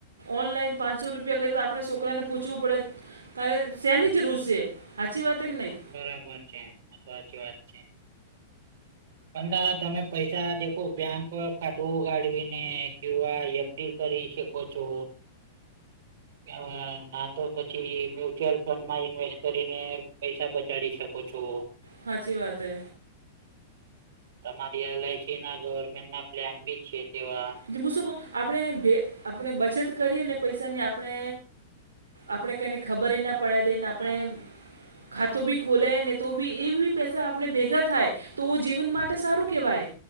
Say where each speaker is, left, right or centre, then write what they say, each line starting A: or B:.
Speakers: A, on the right; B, on the right.
A: ઓનલાઈન પાંચસો રૂપિયા કરીએ તો આપણે છોકરાને પૂછવું પડે, તાર શેની જરૂર સે સાચી વાત છેકે નહી.
B: બરાબર છે આ તો સાચી વાત છે. પણ તમે પૈસા દેખો બેંક ખાતું ઉગાડવી ને કે એફડી, કરી શકો છો. હા તો પછી મ્યુચ્યલ ફંડમાં ઇન્વેસ્ટ કરીને પૈસા બચાવી શકો, ઓછો,
A: સાચી વાતે,
B: તમારી એલઆઈસી ના જોવે તે ના પ્લાન પણ છે તેવા,
A: તે હું શું કઉ આપણે ભે આપણે બચત કરી અને પૈસાની આપણે, આપણે કેની ખબરે ના પડે દે ને આપણે,
B: હમ
A: ખાતું બી ખોલે ને તો બી એબી પૈસા આપણે ભેગા થાય. તો જીવન માટે સારું કેહેવાય